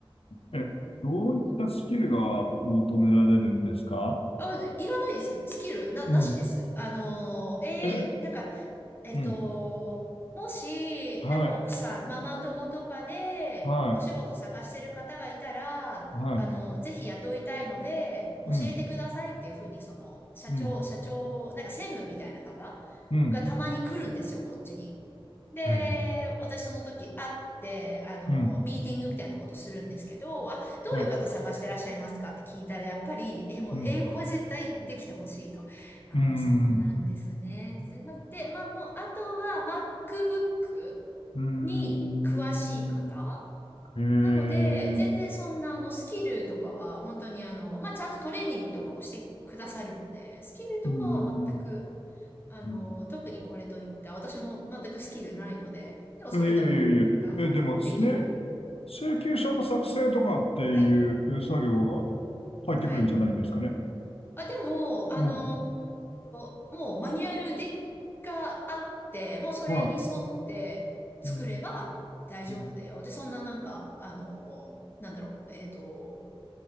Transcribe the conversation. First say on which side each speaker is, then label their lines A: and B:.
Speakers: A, on the left; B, on the left.
A: えーえ、どういったスキルが求められるんですか
B: あ、いらないです。スキルな、
A: うん。
B: なしです。あのー、えーなんか、
A: え、え
B: えっと、
A: うん。
B: もし、
A: はい、
B: なんか奥さん、ママ友とかで、
A: はい、
B: お仕事探してる方がいたら、
A: はい。
B: あの、ぜひ雇いたいので、教えてくださいっていうふうに、
A: うん、
B: その、社長、
A: うん、
B: 社長、なんか専務みたいな方
A: うん。
B: がたまに来るんですよ、こっちに。で、
A: はい、
B: 私その時会って、あの、
A: うん、
B: ミーティングみたいなことするんですけど、あ、どういう方探してらっしゃいますかって聞いたら、
A: はい、
B: やっぱり、え、もう英語は絶対できてほしいと。
A: うん、
B: ああ、
A: うーん、
B: そうなんですね。すいませんで、まあもう、あとは MacBook
A: うーん。
B: に詳しい方。
A: え
B: なので、全然そんなあのスキルとかは、
A: ー、
B: 本当にあの、まあちゃんとトレーニングとかもしてくださるので、スキルとかは全く、
A: うん。
B: あの、
A: うん
B: 特にこれといった、私も全くスキルないので、でもそれでも、
A: え、いやいやいや。
B: あの、
A: え、でも、
B: できる。
A: 請、請求書の作成とかっていう作業が
B: はい。
A: 入ってくるんじゃないんですかね。
B: はい。あ、でも、あの
A: うん。
B: ーもうマニュアルで、があって、もうそれに沿って作れば大丈夫だよ。
A: はい。うん、うん、
B: で、そんななんか、あのーなんだろう、えっと、